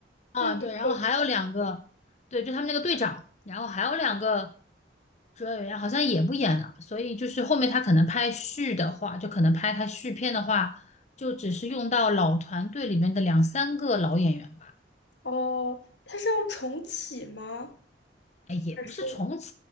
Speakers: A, on the left; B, on the left.
A: 啊，
B: 那很可惜
A: 对，然后还有两个，对，就他们那个队长，然后还有两个主要演员好像也不演了，所以就是后面他可能拍续的话，就可能拍他续片的话，就只是用到老团队里面的两三个老演员吧，
B: 哦，他是要重启吗？
A: 哎，也不是重启，
B: 还是